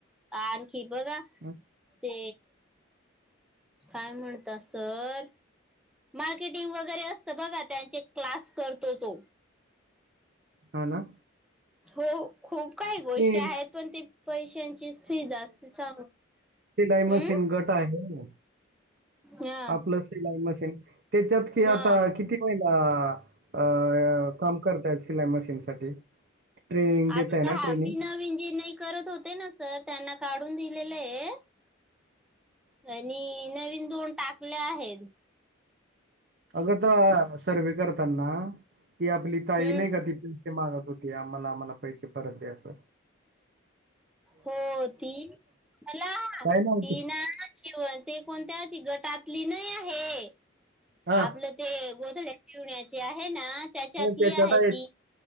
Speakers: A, in the centre; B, on the right (about 50°).
A: आण फी बघ का
B: हम्म,
A: ते काय म्हणता सर. मार्केटिंग वगैरे असत बघा त्यांचे क्लास करतो तो.
B: हा ना,
A: हो खूप काही गोष्टी
B: ते
A: आहेत पण ते पैशांची फी जास्त सांग
B: शिलाई
A: हम्म
B: मशीन गट आहे.
A: हा
B: आपलं सिलाई मशीन त्याच्यात कि
A: हा
B: आता किती महि अ काम करताय सिलाई मशीन साठी ट्रेनिंग देतय
A: आता तर
B: ना.
A: हा
B: ट्रेनिंग
A: मी नवीन जी नाही करत होते ना सर त्यांना काढून दिलेलं आहे. आणि नवीन दोन टाकल्या आहेत.
B: अगं तर सर्वे करताना ती आपली ताई
A: हम्म
B: नाही का ति पके मागत होती आम्हाला आम्हाला पैसे परत द्याचं.
A: हो ती मला ती
B: काय नव्हते
A: ना शिवण ती कोणत्या गटातली नाही आहे
B: हा
A: आपलं ते गोधड्या शीवण्याचे आहे ना, त्याच्यातली
B: त्याच्यात
A: आहे ती.
B: य